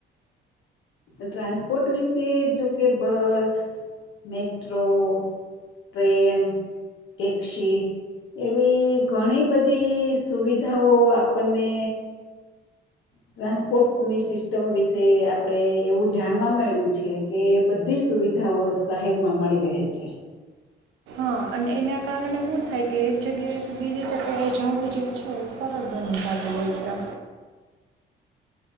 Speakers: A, on the left; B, on the right.
A: ટ્રાન્સપોર્ટ વિશે જોકે બસ મેટ્રો ટ્રેન ટેક્ક્ષ એવી ઘણી બધી સુવિધાઓ આપણને ટ્રાન્સપોર્ટની સિસ્ટમ વિશે આપણેે એવું જાણવા મળ્યું છે કે બધી સુવિધાઓ શહેરમાં મળી રહે છે
B: હા અને એના કારણે શું થાય કે એક જગ્યાએ કે બીજી જગ્યાએ જવું જે છે એ સરળ બની જતું હોય છે.